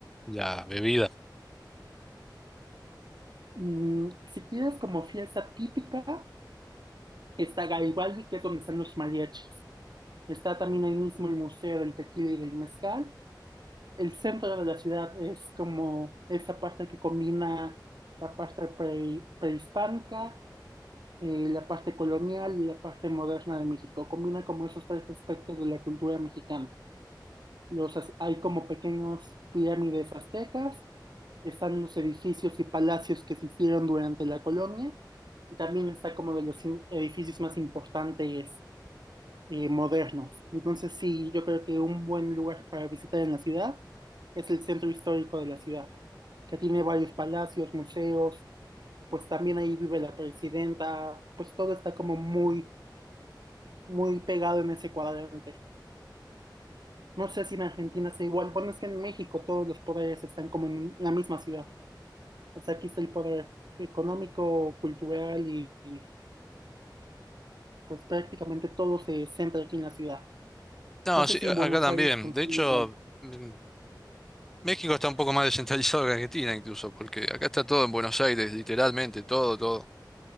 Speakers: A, in the centre; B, on the right (about 65°).
A: la bebida?
B: Mm, si quieres como fiesta típica, está Garibaldi, que es donde están los mariachis. Está también ahí mismo el Museo del Tequila y del Mezcal. el centro de la ciudad es como esa parte que combina la parte pre- prehispánica, eh, la parte colonial y la parte moderna de México. Combina como esos tres aspectos de la cultura mexicana. Los, az- hay como pequeños pirámides aztecas, están los edificios y palacios que se hicieron durante la colonia, y también está como de los in- edificios más importantes eh, modernos. Entonces sí, yo creo que un buen lugar para visitar en la ciudad es el centro histórico de la ciudad, que tiene varios palacios, museos, pues también ahí vive la presidenta, pues todo está como muy, muy pegado en ese cuadrante. No sé si en Argentina sea igual, bueno, es que en México todos los poderes están como en la misma ciudad. O sea, aquí está el poder económico, cultural y, y, pues prácticamente todo se centra aquí en la ciudad.
A: No,
B: No sé
A: sí,
B: si
A: a-
B: en Buenos
A: acá también.
B: Aires funciona
A: De hecho,
B: igual.
A: mm, México está un poco más descentralizado que Argentina incluso, porque acá está todo en Buenos Aires, literalmente, todo, todo.